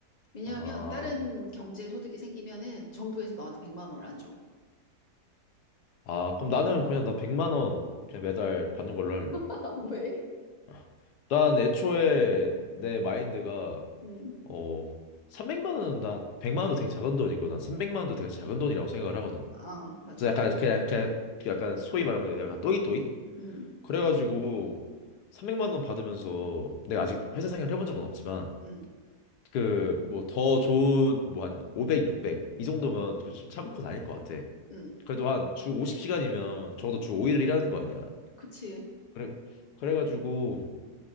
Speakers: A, on the left (about 40°); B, on the left (about 85°).
A: 왜냐하면
B: 아,
A: 다른 경제 소득이 생기면은 정부에서 너한테 100만 원을 안 줘.
B: 아 그럼 나는 그냥 나 100만 원 그냥 매달 받는 걸로 할래.
A: <laughs> 왜?
B: 아, 난 애초에 내 마인드가
A: 음,
B: 어 300만 원은 난 100만 원도 되게 작은 돈이고 난 300만 원도 되게 작은 돈이라고 생각을 하거든.
A: 아, 맞아.
B: 그래서 약간 그냥 그냥 약간 소위 말하면 약간 또이또이?
A: 음,
B: 그래가지고 300만 원 받으면서 내가 아직 회사 생활을 해본 적은 없지만
A: 음,
B: 그 뭐 더 좋은 뭐 한 500, 600 이 정도면 그 좀 참고 다닐 것 같아.
A: 음,
B: 그래도 한 주 50시간이면 적어도 주 5일을 일하는 거 아니야.
A: 그치.
B: 그래 그래가지고